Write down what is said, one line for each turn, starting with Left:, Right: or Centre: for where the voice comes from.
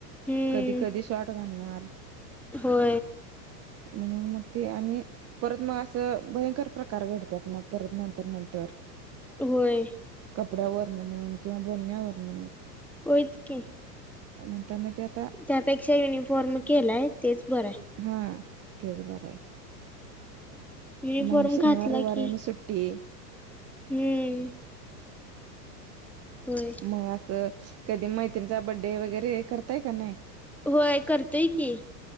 Centre: हम्म
Right: कधी कधी शॉर्ट घालणार.
Centre: हो
Right: म्हणून मग ते आणि परत मग असं भयंकर प्रकार घडतात मग परत नंतर नंतर
Centre: होय
Right: कपड्यावरन म्हण किंवा बोलण्यावरन
Centre: होतंच की
Right: नंतर ना ते आता
Centre: त्यापेक्षा युनिफॉर्म केलाय तेच बरं आहे
Right: हा तेच बरं आहे
Centre: युनिफॉर्म
Right: मग शनिवार
Centre: घातला
Right: वरने
Centre: की
Right: सुट्टी
Centre: हम्म होय
Right: मग असं कधी मैत्रिणीचा बड्डे वगैरे करताय का नाही
Centre: होय करतोय की